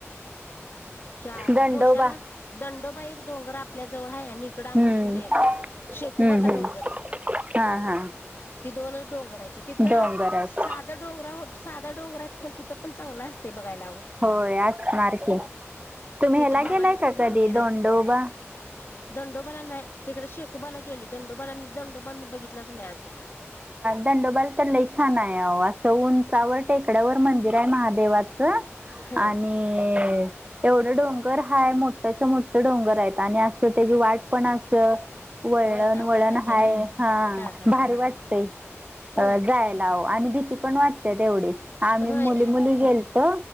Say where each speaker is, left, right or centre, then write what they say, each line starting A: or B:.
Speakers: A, on the left (about 50°); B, on the right (about 25°).
A: क्या
B: दंडोबा
A: भोशाला दंडोबा एक डोंगर आपल्या जवळ हय आणि इकडं आमच्या
B: हम्म
A: इकडे एक शेकोबाचा
B: हम्म हम्म
A: डोंगर
B: हां हां
A: ती दोनच डोंगर आहे त तिथं
B: डोंगर आहेत
A: साधा डोंगरा हो साधा डोंगर आहेत पण तिथं पण चांगला असते. बघायला हवं
B: होय आच मारखे तुम्ही
A: तिथं
B: ह्याला
A: भवानीचं
B: गेलाय का
A: मंदिर
B: कधी दोंडोबा?
A: आहे दंडोबाला नाही इकडे शेकोबाला गेले दंडोबाला दंडोबा मी बघितलाच नाही अजून.
B: दंडोबाल तर लई छान आहे असं उंचावर टेकड्यावर मंदिर आहे महादेवाच. ह
A: हा
B: आणि एवढं डोंगर हाय मोठ्याच्या मोठे डोंगर आहेत आणि असं त्याची वाट पण असं वळण
A: वळणा
B: वळण
A: वळणाचे
B: हाय
A: आहे काय
B: हा
A: हा हा
B: भार
A: हा
B: वाट जायलाव
A: होय
B: आणि भीती पण वाटते तेवढीच. आम्ही
A: होय
B: मुली मुली गेलतो